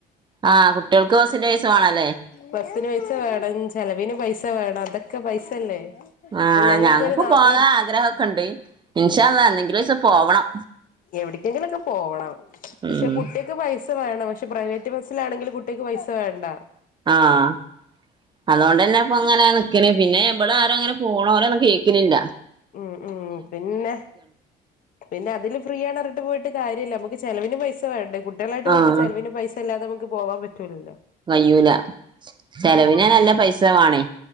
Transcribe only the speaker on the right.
ആഹ് കുട്ടികൾക്ക് ബസ്സിന്റെ പൈസ വേണല്ലേ.
ആഹ്
ഞങ്ങക്ക്
പോകാൻ ആഗ്രഹൊക്കെ ണ്ട് ഇൻഷാ അല്ലാഹ് എന്നെങ്കിലും ഒരുസം പോവണം
ഉം
ആഹ് അതോണ്ടന്നെ പ്പൊ ഇങ്ങനെ നിക്ക്ണ പിന്നെ ഇവിട ആരുംങ്ങനെ പോണോര ഒന്നും കേക്കണില്ല.
ആഹ്
കയ്യൂല ചെലവിനന്നെ നല്ല പൈസ വേണേ.